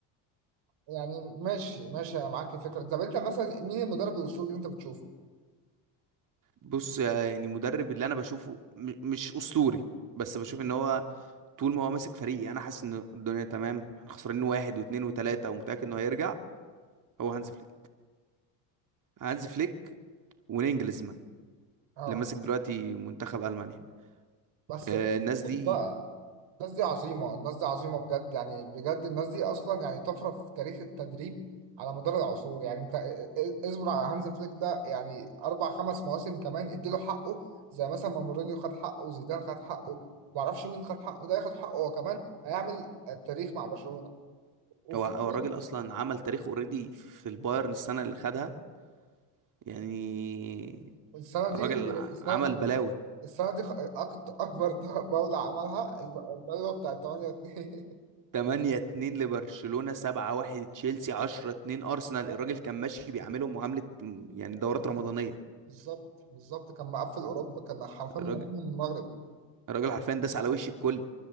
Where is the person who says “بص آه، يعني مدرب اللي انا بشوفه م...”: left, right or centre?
Right